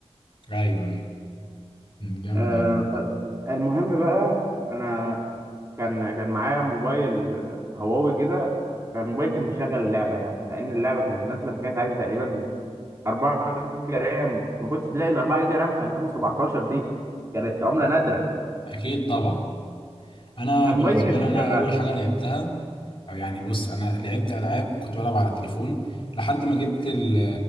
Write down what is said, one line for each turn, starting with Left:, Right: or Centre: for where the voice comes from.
Left: ايوه ايوه أمم، جامد
Right: أه
Left: يا عم والله.
Right: طيب المهم بقى أنا كان كان معايا موبايل آه، هواوي كده فالموبايل كان بيشغل اللعبة يعني لأن اللعبة كانت نازلة فكانت عايزة تقريبا 4 جيجا رام ما كنتش لاقي ال 4 جيجا رام في 2017 دي كانت عمله نادره
Left: اكيد طبعا انا
Right: فموبايلي
Left: بالنسبه
Right: كانت
Left: لي انا
Right: شغاله
Left: اول حاجه لعبتها او يعني بص انا لعبت العاب كنت بلعب على التليفون لحد ما جبت ال-